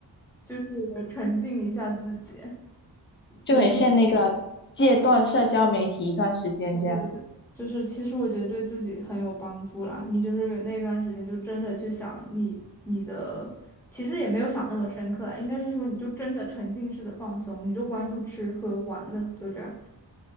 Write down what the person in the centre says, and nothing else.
就是沉浸一下自己。
你就对对对对，就是其实我觉得对自己很有帮助啦。你就是那段时间就真的去想你你的，其实也没有想那么深刻啊，应该是说你就真的沉浸式的放松，你就关注吃喝玩乐，就这样。